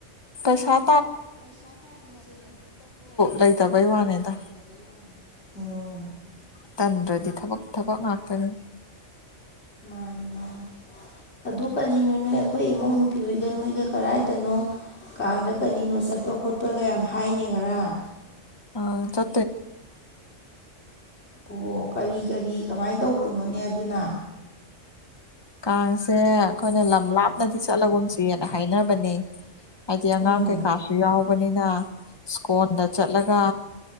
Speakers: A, on the left; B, on the left.
A: ꯄꯁꯥ
B: ꯄꯩꯁꯥ ꯇꯥꯟꯕꯁꯦ ꯇꯟꯕ
A: ꯂꯩꯇꯕꯩ
B: ꯃꯤꯇꯕꯨ
A: ꯋꯥꯅꯤꯗ
B: ꯂꯩꯇꯕꯩ ꯋꯥꯅꯤꯅꯤ ꯑꯣ
A: ꯇꯟꯗ꯭ꯔꯗꯤ ꯊꯕꯛ ꯊꯕꯛ ꯉꯥꯛꯇꯅꯤ
B: ꯃꯥꯅꯤ ꯃꯥꯅꯤ ꯑꯗꯨ ꯀꯔꯤꯅꯣ ꯅꯣꯏ ꯑꯩꯈꯣꯏ ꯏꯃꯧ ꯅꯨꯨꯄꯤ ꯍꯣꯏꯒ ꯅꯣꯏꯒ ꯀꯗꯥꯥꯏꯗꯅꯣ ꯀꯥꯡꯗ ꯀꯔꯤꯅꯣ ꯆꯠꯄ ꯈꯣꯠꯄꯒ ꯌꯥꯝ ꯍꯥꯏꯅꯤ ꯉꯔꯥꯡ
A: ꯑ ꯆ
B: ꯑꯣ ꯀꯔꯤ ꯀꯔꯤ ꯀꯃꯥꯏꯅ ꯇꯧꯕꯅꯣꯅꯦ ꯑꯗꯨꯅ
A: ꯀꯥꯡꯁꯦ ꯑꯩꯈꯣꯏꯅ ꯂꯝ ꯂꯥꯞꯅꯗꯤ ꯆꯠꯂꯒꯨꯝ ꯆꯨꯏꯌꯦꯅ ꯍꯥꯏꯅꯕꯅꯦ ꯍꯥꯏꯗꯤ ꯑꯉꯥꯡ
B: ꯎꯝ
A: ꯀꯩꯀꯥꯁꯨ ꯌꯥꯎꯕꯅꯤꯅ ꯁꯀꯣꯟꯗ ꯆꯠꯂꯒ